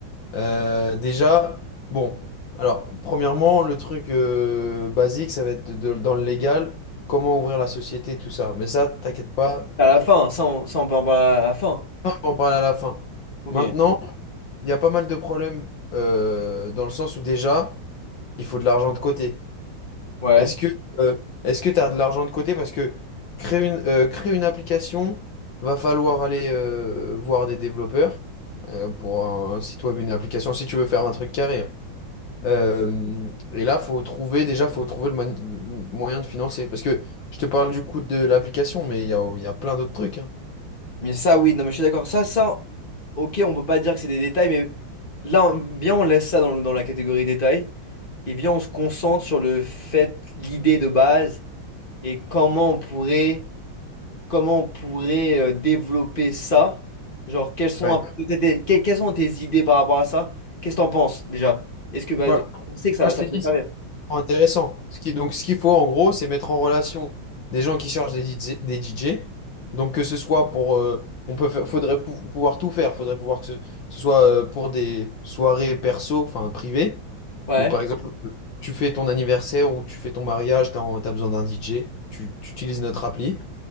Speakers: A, on the left; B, on the left.
A: Euh, déjà, bon, alors, premièrement, le truc euh, basique, ça va être de- dans le légal, comment ouvrir la société, tout ça. Mais ça, t'inquiète pas,
B: À
A: euh,
B: la fin, ça on, ça, on peut en parler à la fin.
A: on en parle à la fin.
B: Ok,
A: Maintenant, il y a pas mal de problèmes euh, dans le sens où déjà, il faut de l'argent de côté.
B: ouais.
A: Est-ce que euh, est-ce que tu as de l'argent de côté? Parce que créer une, euh, créer une application, va falloir aller euh, voir des développeurs euh, pour un site web, une application, si tu veux faire un truc carré. Euh, et là, faut trouver, déjà, faut trouver le, man- le moyen de financer. Parce que je te parle du coût de l'application, mais il y a, il y a plein d'autres trucs. hein.
B: Mais ça, oui, non, mais je suis d'accord. Ça, ça, ok, on peut pas dire que c'est des détails, mais là, on- viens, on laisse ça dans, dans la catégorie détails. Et viens, on se concentre sur le fait, l'idée de base, et comment on pourrait, comment on pourrait euh, développer ça. Genre, quelles sont,
A: Ouais.
B: un peu tes- tes- que- quelles sont tes idées par rapport à ça? Qu'est-ce que t'en penses déjà? Est-ce que bah,
A: Voilà.
B: on sait que ça,
A: Moi, je
B: ça
A: t'ai
B: peut
A: dit.
B: servir?
A: Intéressant. Ce qui, donc, ce qu'il faut en gros, c'est mettre en relation des gens qui chargent des DJ. des DJ. Donc, que ce soit pour. euh, on peut, fa- faudrait pou- pouvoir tout faire. Faudrait pouvoir que ce, ce soit euh, pour des soirées perso, enfin privées,
B: Ouais.
A: ou par exemple, tu fais ton anniversaire ou tu fais ton mariage, tu as, besoin d'un DJ, tu, tu utilises notre appli.